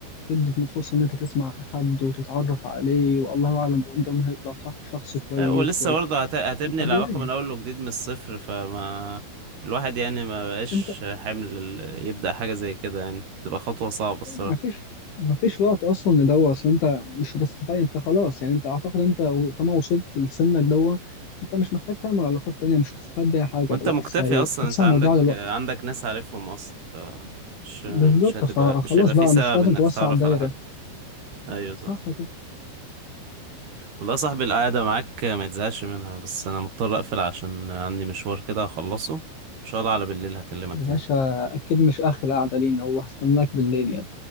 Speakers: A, on the left; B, on the right.
A: تدي فرصه ان انت تسمع حد وتتعرف عليه والله اعلم قدامه هيطلع صح شخص كويس
B: آه، ولسه
A: ولا
B: برضه هت... هتبني
A: طب
B: العلاقة
A: وليه
B: من أول وجديد من الصفر فما الواحد يعني ما بقاش
A: انت
B: حمل ال- يبدأ حاجة زي كده يعني تبقى خطوة صعبة الصراحة
A: مفيش مفيش وقت اصلا لدوا اصل انت مش هتستفاد انت خلاص يعني انت اعتقد انت طالما وصلت لسنك دوا انت مش محتاج تعمل علاقات تانية مش هتستفاد بيها حاجة
B: وانت
A: بالعكس
B: مكتفي
A: هي
B: اصلا
A: حاسسها
B: انت عندك
A: مضيعة للوقت
B: عندك ناس عارفهم اصلا ف مش
A: بالظبط
B: مش هتبقى
A: فخلاص
B: مش هيبقى
A: بقى
B: في سبب
A: مش لازم
B: انك
A: توسع
B: تتعرف
A: الدايرة
B: على حد ايوه صح
A: صح كده
B: والله يا صاحبي القعده معاك ما تزهقش منها بس انا مضطر اقفل عشان عندي مشوار كده هخلصه ان شاء الله على بالليل هكلمك
A: يا
B: تاني
A: باشا اكيد مش اخر قعدة لينا والله هستناك بالليل يعني